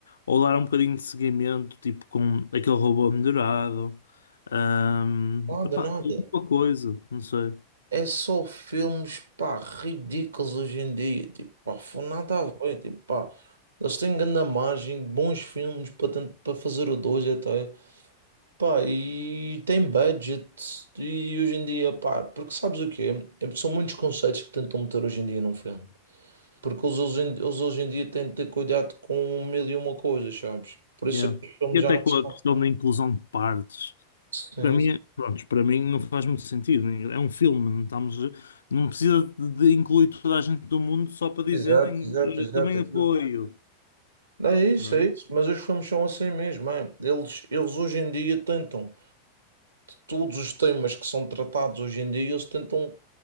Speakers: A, on the left (about 70°); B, on the right (about 75°).
A: ou dar um bocadinho de seguimento, tipo, com aquele robô melhorado. Um,
B: Nada,
A: epá,
B: nada.
A: alguma coisa, não sei.
B: É só filmes, pá, ridículos hoje em dia. Tipo, pá, foi nada a ver. Tipo, pá, eles têm grande margem, bons filmes para tent- para fazer o 2 até. Pá, e tem budget e hoje em dia, pá, porque sabes o quê? É- São muitos conceitos que tentam meter hoje em dia num filme. Porque eles hoje, em- eles hoje em dia têm de ter cuidado com mil e uma coisas, sabes? Por isso
A: Yeah.
B: é que os filmes
A: E até
B: já não
A: com
B: são
A: a questão
B: tão...
A: da inclusão de partes.
B: Sim,
A: Para mim,
B: sim.
A: é- pronto, para mim não faz muito sentido. É um filme, não estamos, não precisa de de incluir toda a gente do mundo só para dizerem
B: Exato, exato,
A: eu
B: exato,
A: também
B: exato.
A: apoio,
B: É isso,
A: não
B: é
A: é?
B: isso. Mas os filmes são assim mesmo, é. Eles, eles hoje em dia tentam, todos os temas que são tratados hoje em dia, eles tentam